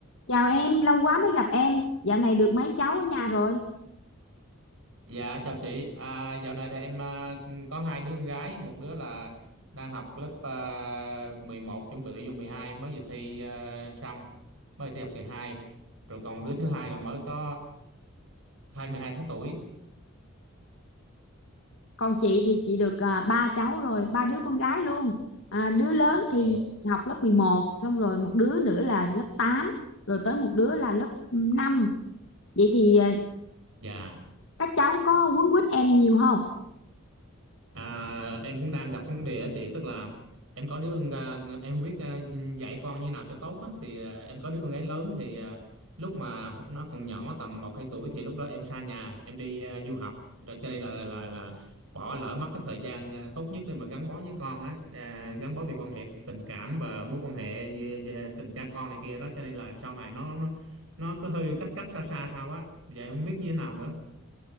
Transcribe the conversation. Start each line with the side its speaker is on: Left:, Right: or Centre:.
Left: Chào em, lâu quá mới gặp em. Dạo này được mấy cháu ở nhà rồi?
Right: Dạ chào chị, à, dạo này thì em à, có hai đứa con gái, một đứa là đang học lớp à, mười một chuẩn bị vô mười hai mới vừa thi à, xong, mới thi học kỳ hai Rồi còn đứa thứ hai là mới có à, 22 tháng tuổi.
Left: Còn chị thì chị được à, ba cháu rồi, ba đứa con gái luôn. À, đứa lớn thì
Right: Ồ.
Left: học lớp mười một xong rồi một đứa nữa là lớp tám rồi tới một đứa là lớp năm Vậy thì à,
Right: Dạ.
Left: các cháu có quấn quýt em nhiều không?
Right: À, em cũng đang gặp vấn đề á chị tức là em có đứa con ra- em không biết à, dạy con như nào cho tốt á thì à, em có đứa con gái lớn thì à, lúc mà nó còn nhỏ tầm một hai tuổi thì lúc đó em xa nhà em đi à, du học rồi cho nên là là là bỏ lỡ mất cái thời gian à, tốt nhất để mà gắn bó với con á à, gắn bó về quan hệ tình cảm và mối quan hệ về, về tình cha con này kia đó cho nên là sau này nó nó nó cứ hơi cách cách xa xa sao á vậy không biết như thế nào nữa